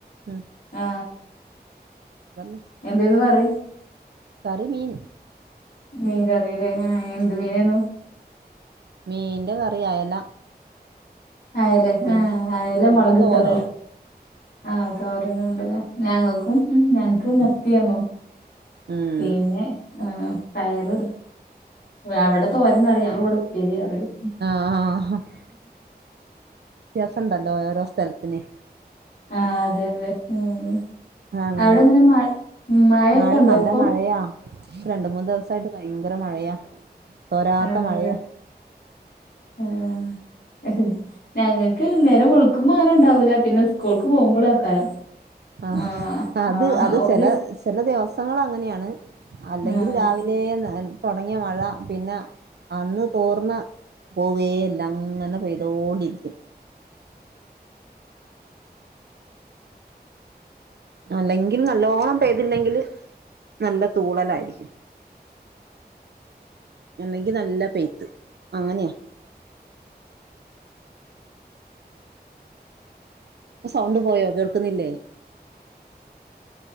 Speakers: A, on the right; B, on the left.
A: ഉം
B: ആ.
A: അതന്നെ
B: എന്തെന്ന് കറി?
A: കറി മീൻ.
B: മീൻ കറി ലേ, ആ എന്ത് മീനേന്നു?
A: ഉം മീന്റെ കറി അയല
B: അയലെ
A: പിന്നെ
B: ആ അയല
A: പിന്നെ
B: മുളകിട്ടതോ?
A: തോരനും
B: ആ <unintelligible> ഞങ്ങൾക്കും, ഞങ്ങക്ക് മത്തിയേന്നു.
A: ഉം
B: പിന്നെ ആ പയറ്, അവിടെ തോരൻന്ന് പറയും ഞങ്ങളിവിടെ ഉപ്പേരി പറയും.
A: ആഹ ആഹ് ഹ വ്യത്യാസംണ്ടല്ലോ ഓരോ സ്ഥലത്തിന്
B: ആ അതെ അതെ ഉം
A: ആഹ് അങ്ങനെ
B: അവിടെ ഇങ്ങനെ മ മഴയൊക്കെ
A: മഴ
B: ഉണ്ടോ
A: നല്ല
B: ഇപ്പൊ?
A: മഴയാ രണ്ട് മൂന്ന് ദിവസായിട്ട് ഭയങ്കര മഴയാ. തോരാത്ത
B: അതെല്ലേ
A: മഴയാ.
B: ആഹ് ഹും, ഞങ്ങക്ക് നേരം വെളുക്കുമ്പോ അങ്ങനെ ഉണ്ടാവൂല. പിന്നെ സ്കൂൾക്ക് പോകുമ്പളേക്കാരം.
A: ആഹ
B: ആഹ്
A: അത്
B: ആഹ്
A: അത്
B: ഓല്
A: ചെല ചെല ദിവസങ്ങള് അങ്ങനെയാണ്. അല്ലെങ്കിൽ
B: ആഹ്
A: രാവിലേ തൊടങ്ങിയ മഴ പിന്നെ അന്ന് തോർന്ന് പോവേല്ല അങ്ങനെ പെയ്തോണ്ടിരിക്കും. അല്ലെങ്കിൽ നല്ലോണം പെയ്തില്ലെങ്കില് നല്ല തൂണലായിരിക്കും.
B: <inaudible>
A: അല്ലെങ്കി നല്ല പെയ്ത്ത്. അങ്ങനെയാ..
B: <inaudible>
A: സൗണ്ട് പോയോ കേൾക്കുന്നില്ലേ?